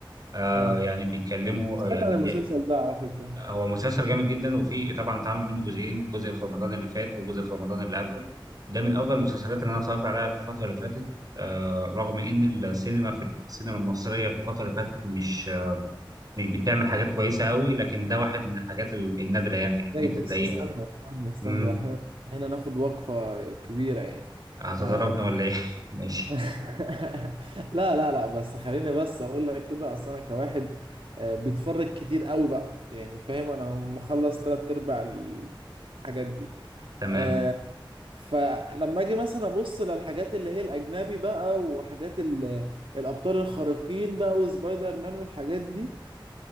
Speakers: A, on the right; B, on the right.
A: آه
B: اه
A: يعني بيتكلموا
B: سمعت
A: آه، يعني
B: عن المسلسل ده على فكرة
A: هو مسلسل جامد جدا وفي طبعا اتعمل منه جزئين جزء في رمضان اللي فات وجزء في رمضان اللي قبله ده من افضل المسلسلات اللي انا اتفرجت عليها في الفتره اللي فاتت آه رغم ان السينما في السينما المصريه في الفتره اللي فاتت مش آه، مش بتعمل حاجات كويسه قوي لكن ده واحد من الحاجات ال- النادره يعني
B: اي
A: ان انت
B: بس
A: تلاقيها
B: استنى استنى استنى
A: امم
B: احنا هنا ناخد وقفة كبيرة يعني
A: هتضربنا
B: آه،
A: ولا ايه <laughs> ماشي
B: <laughs> لا لا لا بس خليني بس اقول لك كده اصل انا كواحد آه، بيتفرج كتير قوي بقى يعني فاهم انا مخلص تلات ارباع الحاجات دي
A: تمام
B: آه، فلما اجي مثلا ابص للحاجات اللي هي الاجنبي بقى وحاجات ال- الابطال الخارقين بقى وسبايدر مان والحاجات دي